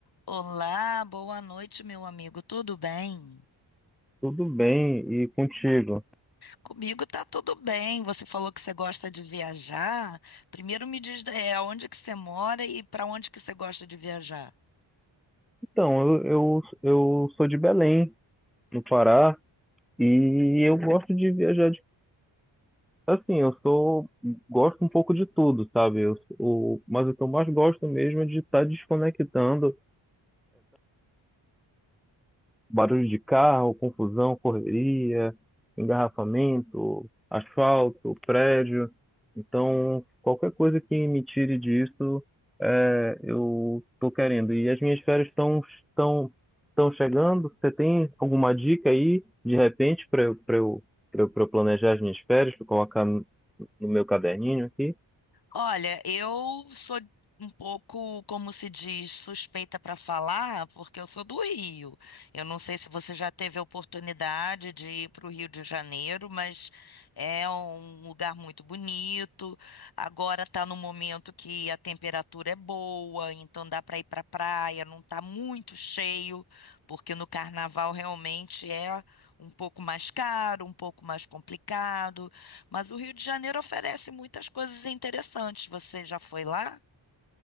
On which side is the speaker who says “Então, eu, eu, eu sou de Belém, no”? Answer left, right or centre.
Centre